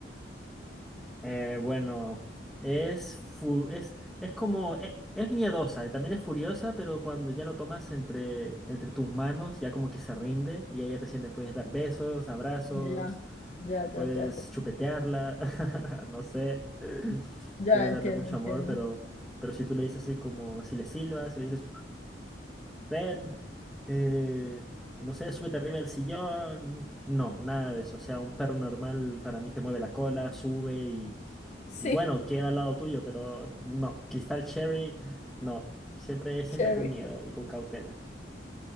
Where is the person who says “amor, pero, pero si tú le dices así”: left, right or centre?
Centre